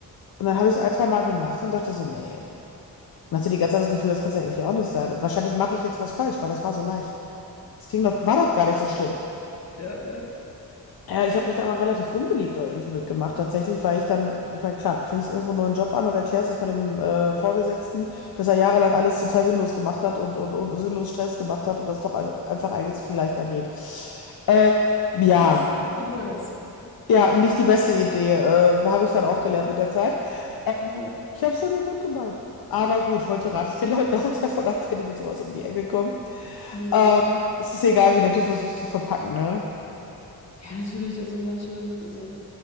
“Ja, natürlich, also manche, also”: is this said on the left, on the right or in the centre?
Left